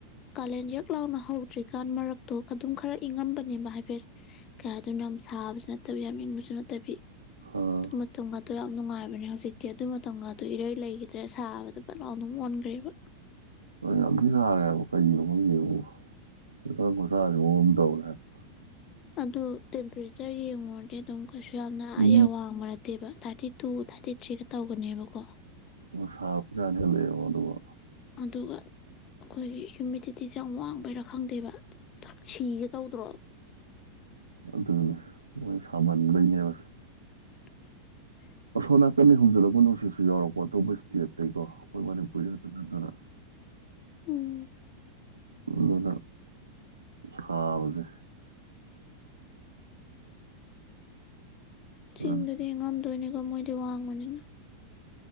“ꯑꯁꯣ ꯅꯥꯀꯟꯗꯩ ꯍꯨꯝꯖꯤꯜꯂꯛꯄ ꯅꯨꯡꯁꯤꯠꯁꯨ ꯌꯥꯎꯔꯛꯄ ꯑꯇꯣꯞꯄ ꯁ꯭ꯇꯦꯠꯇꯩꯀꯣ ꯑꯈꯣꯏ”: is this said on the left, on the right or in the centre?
Right